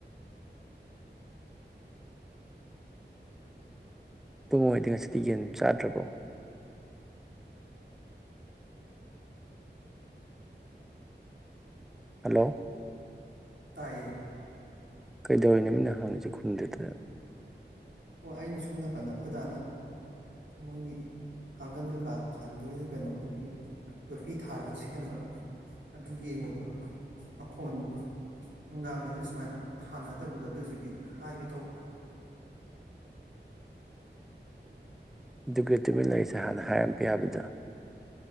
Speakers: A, in the centre; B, on the right.
A: ꯇꯨꯡꯣꯏꯗꯤ ꯉꯁꯤꯗꯤ ꯌꯦꯟ ꯆꯥꯗ꯭ꯔꯕꯣ ꯍꯜꯂꯣ
B: ꯇꯥꯏꯌꯦ
A: ꯀꯩꯗꯧꯔꯤꯅ ꯃꯤꯅ ꯍꯪꯉꯁꯤ ꯈꯨꯟꯗꯨꯗ
B: ꯑꯣ ꯑꯩꯅ ꯁꯣꯝ ꯅꯥꯀꯟꯗ ꯑꯩꯈꯣꯏꯗꯥꯅ ꯃꯣꯏꯒꯤ ꯀꯥꯡꯒꯟ ꯀꯩꯀꯥ ꯈꯟꯕꯒꯤꯅ ꯀꯩꯅꯣ ꯈꯪꯕꯤꯌꯦ ꯌꯣꯠꯄꯤ ꯊꯥꯔꯒ ꯁꯦꯝꯕ ꯑꯗꯨ ꯌꯦꯡꯉꯨꯕ ꯃꯈꯈꯣꯟꯗꯣ ꯅꯨꯡꯗꯥꯡꯗꯗꯤ ꯁꯨꯃꯥꯏꯅ ꯊꯥꯅꯗꯕꯗꯣ ꯑꯗꯨꯗꯨꯒꯤ ꯍꯥꯏꯒꯦ ꯇꯧꯕ
A: ꯗꯨ ꯇꯨꯃꯤꯟꯅ ꯂꯩꯔꯤꯁꯦ ꯍꯥꯟꯅ ꯍꯥꯏꯔꯝꯕ ꯌꯥꯕꯗ